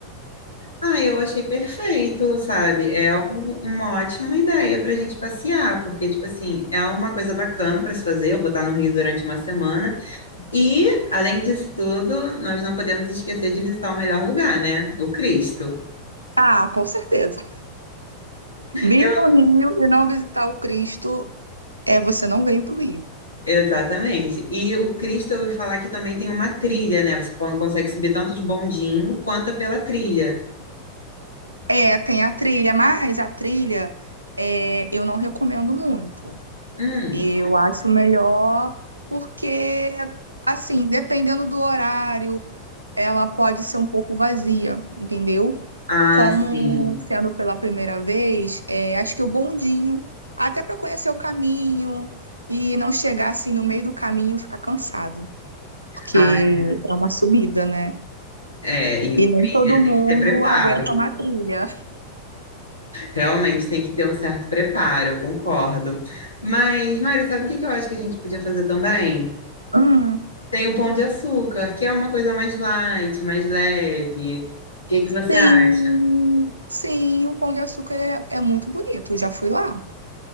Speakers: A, on the left; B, on the right.
A: Ah, eu achei perfeito, sabe? É um- uma ótima ideia pra gente passear, porque, tipo assim, é uma coisa bacana pra se fazer. Eu vou estar no Rio durante uma semana. E, além disso tudo, nós não podemos esquecer de visitar o melhor lugar, né? O Cristo.
B: Ah, com certeza. Vir
A: Eu-
B: no Rio e não visitar o Cristo é você não veio para o Rio.
A: Exatamente. E o Cristo, eu ouvi falar que também tem uma trilha, né? Você pô- consegue subir tanto de bondinho quanto pela trilha.
B: É, tem a trilha, mas a trilha é, eu não recomendo muito.
A: Hum.
B: Eu acho melhor porque, assim, dependendo do horário, ela pode ser um pouco vazia, entendeu?
A: Ah,
B: Como
A: sim.
B: sendo pela primeira vez, é, acho que o bondinho, até para conhecer o caminho e não chegar assim no meio do caminho e ficar cansado, porque
A: Ah,
B: é uma subida, né?
A: é. E
B: E
A: trilha
B: nem todo mundo
A: tem que ter preparo.
B: aguenta uma trilha.
A: Realmente tem que ter um certo preparo, eu concordo. Mas, Mário, sabe o que que eu acho que a gente podia fazer também?
B: Hum,
A: Tem o pão de açúcar, que é uma coisa mais light, mais leve. O que que você
B: sim,
A: acha?
B: sim, o Pão de Açúcar é, é muito bonito, já fui lá.